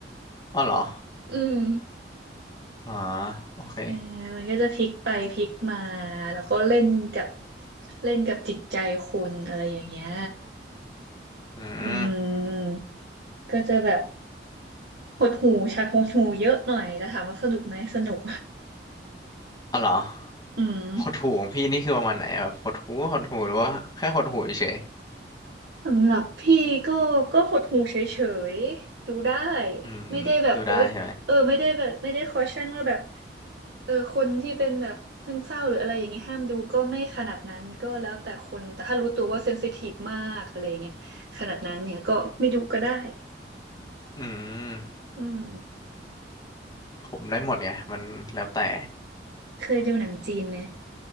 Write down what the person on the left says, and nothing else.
อ๋อเหรอ
อ๋อโอเค
อืม
อ๋อเหรอ
หดหู่ของพี่นี่คือประมาณไหนอะแบบหดหู่หดหู่หรือว่าแค่หดหู่เฉย
ๆอืมดูได้ใช่ไหม
อืม
ผมได้หมดไงมันแล้วแต่